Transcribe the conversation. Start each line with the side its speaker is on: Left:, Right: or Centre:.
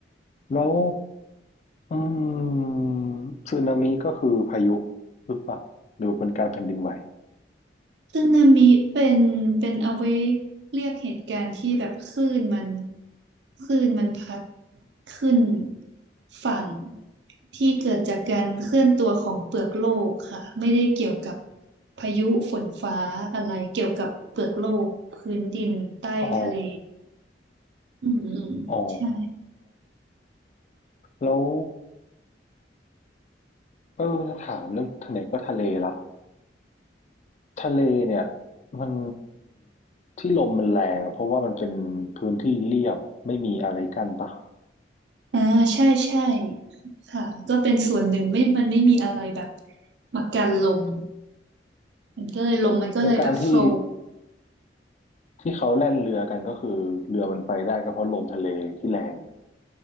Left: แล้ว อืมสึนามิก็คือพายุหรือเปล่าหรือเป็นการแผ่นดินไหว
Right: สึนามิเป็นเป็นเอาไว้เรียกเหตุการณ์ที่แบบคลื่นมันคลื่นมันพัดขึ้นฝั่งที่เกิดจากการเคลื่อนตัวของเปลือกโลกค่ะไม่ได้เกี่ยวกับพายุฝนฟ้าอะไรเกี่ยวกับเปลือกโลกพื้นดินใต้ทะเล
Left: อ๋อ
Right: อืมอืมใช่
Left: อ๋อแล้วเออจะถามเรื่องทะเลก็ทะเลละทะเลเนี่ยมันที่ลมมันแรงอะเพราะว่ามันเป็นพื้นที่เรียบไม่มีอะไรกั้นปะ
Right: อ่าใช่ใช่ค่ะก็เป็นส่วนหนึ่งไม่มันไม่มีอะไรแบบมากันลมมันก็เลยลมมันก็เลยแบบโฟล
Left: และการที่ที่เขาแล่นเรือกันก็คือเรือมันไปได้ก็เพราะลมทะเลที่แรง